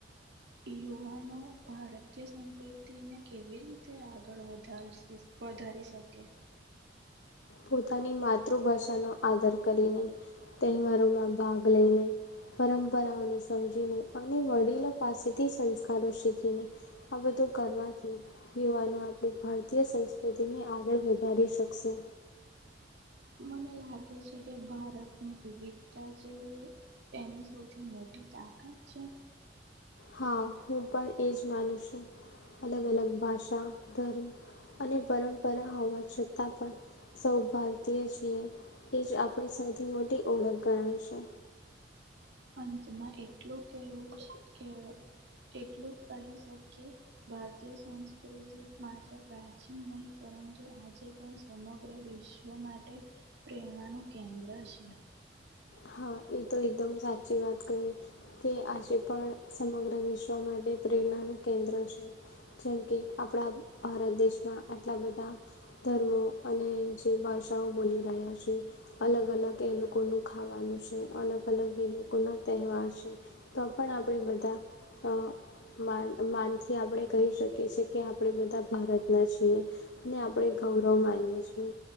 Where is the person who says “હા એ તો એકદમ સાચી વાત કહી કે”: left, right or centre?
Left